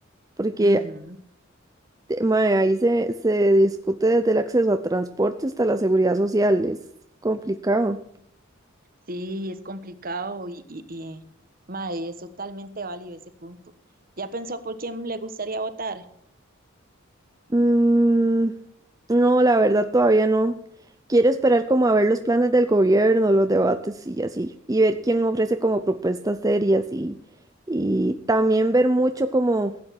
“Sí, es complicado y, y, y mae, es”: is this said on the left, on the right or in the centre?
Right